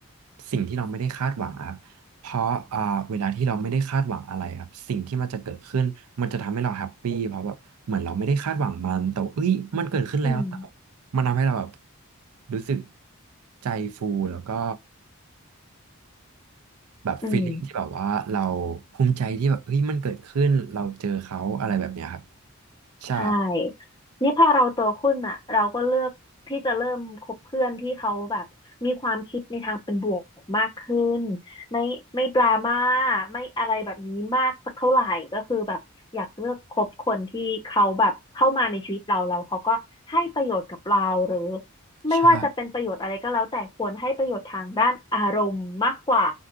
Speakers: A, on the right; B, on the left.
A: สิ่งที่เราไม่ได้คาดหวังอะครับ เพราะอ่าเวลาที่เราไม่ได้คาดหวังอะไรครับสิ่งที่มันจะเกิดขึ้นมันจะทำให้เราแฮปปี้เพราะแบบเหมือนเราไม่ได้คาดหวังมันแต่ว่าเอ้ยมันเกิดขึ้นแล้วแต่
B: อืม
A: มันทำให้เราแบบรู้สึกใจฟูแล้วก็แบบฟีลลิ่งที่แบบว่าเรา
B: อืม
A: ภูมิใจที่แบบเฮ้ยมันเกิดขึ้นเราเจอเขาอะไรแบบเนี้ยครับใช่
B: ใช่ นี่พอเราโตขึ้นอ่ะเราก็เลือกที่จะเริ่มคบเพื่อนที่เขาแบบมีความคิดในทางเป็นบวกมากขึ้นไม่ไม่ดราม่าไม่อะไรแบบนี้มากสักเท่าไหร่ก็คือแบบอยากเลือกคบคนที่เขาแบบเข้ามาในชีวิตเราเราเขาก็ให้ประโยชน์กับเราหรือ
A: ใช่
B: ไม่ว่าจะเป็นประโยชน์อะไรก็แล้วแต่ควรให้ประโยชน์ทางด้านอารมณ์มากกว่า